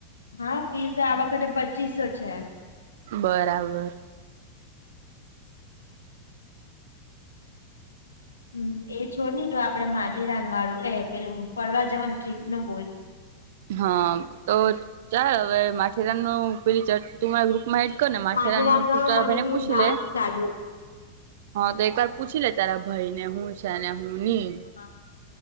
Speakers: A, on the left; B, on the right.
A: હા, ફીસ આ વખતે પચીસો છે.
B: બરાબર.
A: હમ. એ છોડ ની, તું તો આપડે માથેેરાન વાળું, એ પેલું ફડવા જવાનું ટ્રીપ નું બોલ.
B: હા. તો ચાલ હવે માથેરાનનું પેલી ચરટી મા ગ્રુપમાં એડ કને માથેરાનનું
A: માથેરાન તો
B: તું તાર
A: મને
B: ભાઈ ને
A: બી
B: પૂછી
A: એ ડાઉટ
B: લે.
A: લાગે
B: હા તો એક વાર પૂછી લે તારા ભાઈ ને, હું છે ને હું ની.
A: છે.